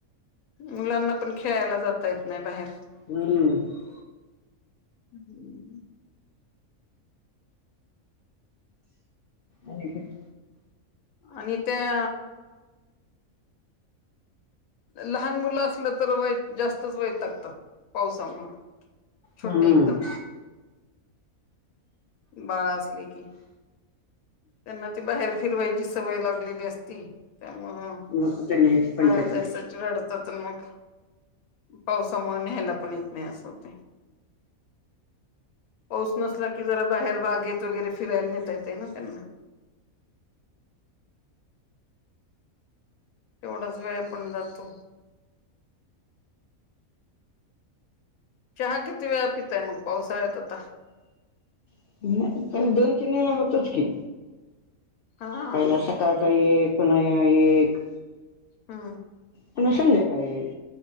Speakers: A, on the left (about 85°); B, on the left (about 70°).
A: मुलांना पण खेळायला जाता येत नाही बाहेर.
B: हम्म
A: <inaudible>
B: आणि काय
A: आणि त्या लहान मुलं असलं तर वय जास्तच वैतागतात पावसामुळं छोटे
B: हम्म
A: एकदम बाळ असले की, त्यांना ते बाहेर फिरवायची सवय लागलेली असती त्या मुळं
B: मग कुठे नाही पंचायत
A: बाहेर जायसाच
B: पुढची
A: रडतात मग पावसामुळं न्यायला पण येत नाही असं होतंय. पाऊस नसला की जरा बाहेर बागेत वगैरे फिरायला नेता येते ना त्यांना तेवढाच वेळ पण जातो, चहा किती वेळा पिताये मग पावसाळ्यात आता
B: हम्म दोन किलोला होतोच की.
A: हा हा
B: पहिला सकाळच हे एक पुन्हा ह्य एक.
A: हा.
B: पुन्हा संध्याकाळी